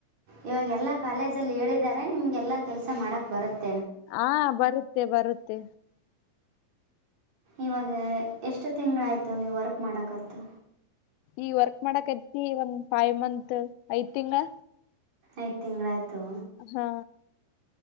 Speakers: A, on the right; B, on the left.
A: ಇವಾಗ ಎಲ್ಲ ಕಾಲೇಜಲ್ಲಿ ಹೇಳಿದ್ದಾರೆ ನಿಮ್ಗೆಲ್ಲ ಕೆಲಸ ಮಾಡಕ್ಕೆ ಬರುತ್ತೆ
B: ಹಾ ಬರುತ್ತೆ ಬರುತ್ತೆ
A: ಇವಾಗ ಎಷ್ಟು ತಿಂಗಳಾಯಿತು ನೀವು ವರ್ಕ್ ಮಾಡೋಕತ್ತು
B: ಈ ವರ್ಕ್ ಮಾಡಕ್ತಿತಿ ಒಂದ್ ಫೈವ್ ಮಂತ್ ಐದ್ ತಿಂಗಳ
A: ಐದು ತಿಂಗಳಾಯ್ತು
B: ಹಾ